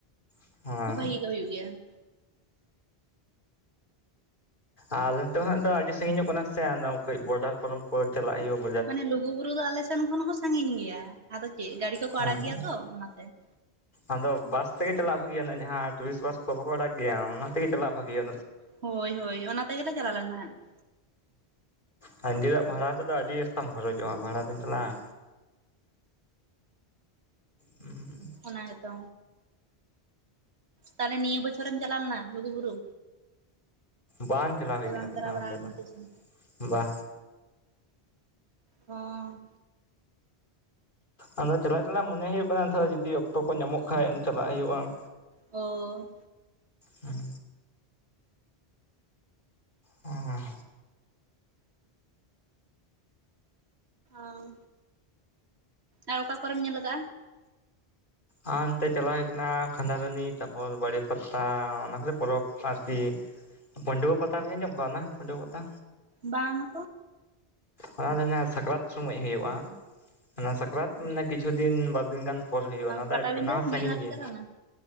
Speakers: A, on the left; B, on the right.
A: ᱦᱮᱸ
B: ᱠᱷᱩᱵ ᱵᱷᱟᱜᱤ ᱜᱮ ᱦᱩᱭᱩᱜ ᱜᱮᱭᱟ ᱾
A: ᱟᱨ ᱱᱤᱛᱚᱜ ᱦᱟᱸᱜ ᱫᱚ ᱟᱹᱰᱤ ᱥᱟᱺᱜᱤᱧᱚᱜ ᱠᱟᱱᱟ ᱥᱮ ᱟᱫᱚ ᱠᱟᱹᱡ ᱵᱚᱰᱟᱨ ᱯᱚᱨᱚᱢ ᱠᱚ ᱪᱟᱞᱟᱜ ᱦᱩᱭᱩᱜ
B: ᱢᱟᱱᱮ ᱞᱩᱜᱩ ᱵᱩᱨᱩ ᱫᱚ ᱟᱞᱮ ᱥᱮᱱ ᱠᱷᱚᱱ ᱦᱚᱸ ᱥᱟᱺᱜᱤᱧ ᱜᱮᱭᱟ, ᱟᱫᱚ ᱪᱮᱫ ᱜᱟᱹᱰᱤ ᱠᱚᱠᱚ
A: ᱦᱮᱸ
B: ᱟᱲᱟᱜ
A: ᱦᱮᱸ
B: ᱜᱮᱭᱟ ᱛᱚ ᱚᱱᱟᱛᱮ ᱾
A: ᱟᱫᱚ ᱵᱟᱥ ᱛᱮᱜᱮ ᱪᱟᱞᱟᱜ ᱵᱷᱟᱜᱮᱭᱟ? ᱡᱟᱦᱟᱸ ᱴᱩᱨᱤᱥᱴ ᱵᱟᱥ ᱠᱚ ᱵᱟᱠᱚ ᱟᱲᱟᱜ ᱜᱮᱭᱟ ᱚᱱᱟᱛᱮᱜᱮ ᱪᱟᱞᱟᱜ ᱵᱷᱟᱜᱮᱭᱟ?
B: ᱦᱳᱭ ᱦᱳᱭ ᱚᱱᱟ ᱛᱮᱜᱮᱞᱮ ᱪᱟᱞᱟᱣ ᱞᱮᱱ ᱛᱟᱦᱮᱸᱱ ᱾
A: ᱦᱩᱸ ᱱᱤᱡᱮᱨᱟᱜ ᱵᱷᱟᱲᱟ ᱛᱮᱫᱚ ᱟᱹᱰᱤ ᱟᱥᱛᱟᱢ ᱠᱷᱚᱨᱚᱪᱚᱜᱼᱟ ᱵᱷᱟᱲᱟ ᱫᱚᱧ ᱪᱟᱞᱟᱜᱼᱟ, ᱩᱸ
B: ᱚᱱᱟ ᱜᱮᱛᱚ᱾ ᱛᱟᱦᱚᱞᱮ ᱱᱤᱭᱟᱹ ᱵᱚᱪᱚᱨᱮᱢ ᱪᱟᱞᱣ ᱞᱮᱱᱟ ᱞᱩᱜᱩᱵᱩᱨᱩ?
A: ᱵᱟᱝ ᱪᱟᱞᱟᱣ ᱦᱩᱭ
B: ᱥᱮ
A: ᱠᱟᱱᱟ
B: ᱵᱟᱢ
A: ᱢᱤᱫ
B: ᱪᱟᱞᱟᱣ
A: ᱫᱷᱟᱣ
B: ᱵᱟᱲᱟ
A: ᱚᱸᱰᱮ
B: ᱟᱠᱟᱱᱟ
A: ᱫᱚ,
B: ᱛᱤᱥᱦᱚᱸ?
A: ᱵᱟ
B: ᱚ᱾
A: ᱟᱫᱚ ᱪᱟᱞᱟᱜ ᱪᱟᱞᱟᱜ ᱢᱚᱱᱮ ᱦᱩᱭᱩᱜ ᱠᱟᱱᱟ ᱡᱩᱫᱤ ᱚᱠᱛᱚ ᱠᱚ ᱧᱟᱢᱚᱜ ᱠᱷᱟᱡ ᱪᱟᱞᱟᱜ ᱦᱩᱭᱩᱜᱼᱟ ᱾
B: ᱚ᱾
A: ᱦᱩᱸ᱾ ᱚᱸ᱾
B: ᱚᱝ ᱟᱨ ᱚᱠᱟ ᱠᱚᱨᱮᱢ ᱧᱮᱞ ᱠᱟᱟᱜᱼᱟ?
A: ᱟᱨ ᱚᱱᱛᱮ ᱪᱟᱞᱟᱣ ᱦᱩᱭ ᱠᱟᱱᱟ ᱠᱷᱟᱸᱫᱷᱟᱨᱟᱱᱤ ᱛᱟᱯᱚᱨ ᱵᱟᱲᱮ ᱯᱟᱛᱟ ᱚᱱᱟ ᱠᱚᱨᱮ ᱯᱚᱨᱚᱵᱽ ᱟᱨᱠᱤ ᱯᱟᱹᱰᱣᱟᱹ ᱯᱟᱛᱟ ᱵᱤᱱ ᱟᱸᱡᱚᱢ ᱠᱟᱜ ᱚᱱᱟ ᱯᱟᱹᱱᱰᱣᱟᱹ ᱯᱟᱛᱟ?
B: ᱵᱟᱝ ᱦᱚᱛᱚ ᱾
A: ᱚᱱᱟ ᱫᱚ ᱱᱮ ᱥᱟᱠᱨᱟᱛ ᱥᱚᱢᱳᱡ ᱦᱩᱭᱩᱜᱼᱟ ᱾ ᱚᱱᱟ ᱥᱟᱠᱨᱟᱛ ᱚᱱᱮ ᱠᱤᱪᱷᱩ ᱫᱤᱱ ᱵᱟᱨ ᱫᱤᱱ ᱜᱟᱱ ᱯᱚᱨ ᱦᱩᱭᱩᱜᱼᱟ ᱚᱱᱟ ᱫᱚ,
B: ᱯᱟᱴᱟᱵᱤᱸᱫᱟᱹ
A: ᱚᱱᱟ ᱦᱚᱸ
B: ᱱᱤᱭᱟᱹ
A: ᱥᱟᱺᱜᱤᱧ
B: ᱫᱷᱟᱣ ᱯᱮ
A: ᱜᱮ᱾
B: ᱪᱟᱞᱟᱣ ᱞᱮᱱᱟ?